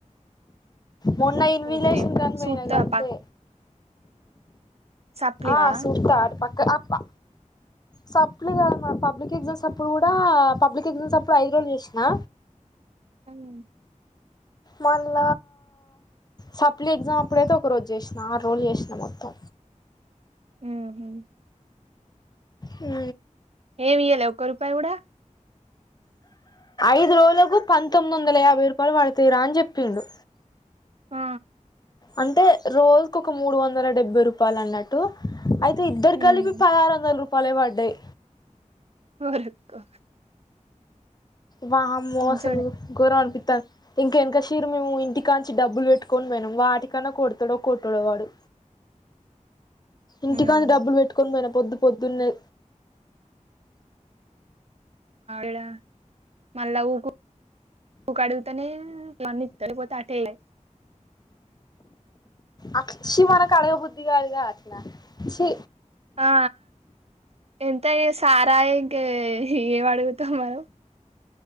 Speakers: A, on the left; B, on the right.
A: మొన్న ఇన్విలేషన్
B: పోతే
A: అని పోయినా
B: సూత్తా
A: గంతే
B: బ సప్లిగా
A: ఆ సుస్తా అటు పక్క ఆపా సప్లి కాదు మా పబ్లిక్ ఎగ్జామ్స్ అప్పుడు కుడా పబ్లిక్ ఎగ్జామ్స్ అప్పుడు ఐదు రోజులు చేసినా
B: అవునా
A: మళ్ళ సప్లీ ఎగ్జామ్ అప్పుడైతే ఒక రోజు చేసినా ఆరు రోజులు చేసినా మొత్తం
B: ఉహు
A: ఉ
B: ఏమి ఇయ్యలే ఒక్క రూపాయి కూడా
A: ఐదు రోజులకు పంతొమ్మిది వందల యాభై రూపాయలు పడుతాయి రా అని చెప్పిండు
B: ఆ
A: అంటే రోజుకు ఒక మూడు వందల డెబ్బై రూపాయలు అన్నట్ టు అయితే ఇద్దరికి
B: ఉమ్,
A: కలిపి పదహారు వందల రూపాయలే పడ్డాయి
B: ఒరేయ్కో
A: వామ్మో
B: మంచోడే
A: అసలు గోరం అనిపిత్తాంది ఇంకా ఎనకషిరి మేము ఇంటికా నుంచి డబ్బులు పెట్టుకొని మేము వాటికన్నా కొడాతడో కొట్టాడో వాడు ఇంటికాంచి
B: ఉమ్,
A: డబ్బులు పెట్టుకొని పోయినా పొద్దు పొద్దున్నే
B: ఈడ మళ్ళ ఉకు ఇంకా అడగుతానే మళ్ళ ఇత్తాడు లేకపోతే అటే ఇగయి
A: అట్ల ఇచ్చి మనకు అడగబుద్ధి కాదుగా అట్లా చీ
B: ఆ ఎంతయే సార్ ఆయే ఇంక ఏమి అడుగుతాం మనం